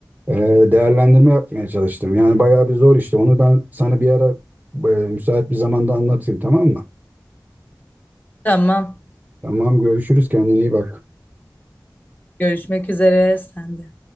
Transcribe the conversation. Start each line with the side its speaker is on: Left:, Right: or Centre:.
Right: e, değerlendirme yapmaya çalıştım. Yani bayağı bir zor işte. Onu ben sana bir ara e, müsait bir zamanda anlatayım tamam mı?
Left: Tamam.
Right: Tamam görüşürüz kendine iyi bak.
Left: Görüşmek üzere. Sen de.